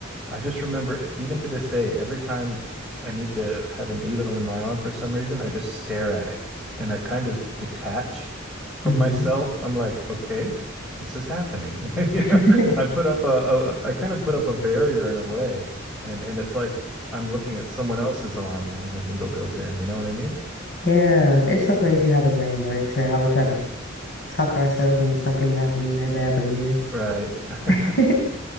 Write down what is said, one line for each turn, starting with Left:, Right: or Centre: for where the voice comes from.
Centre: I just remember, even to this day, every time I need to have a needle in my arm for some reason, I just stare at it and I kind of detach from
Left: hmm
Centre: myself. I'm like, okay, this is happening. <laughs> You
Left: <laughs>
Centre: know, I put up a, a, I kind of put up a barrier in a way, and and it's like I'm looking at someone else's arm when the needle goes in. You know what I mean?
Left: Yeah, it's so crazy how the brain works or how we try to talk ourselves into something not being that bad, but it is.
Centre: Right. <laughs>
Left: <laughs>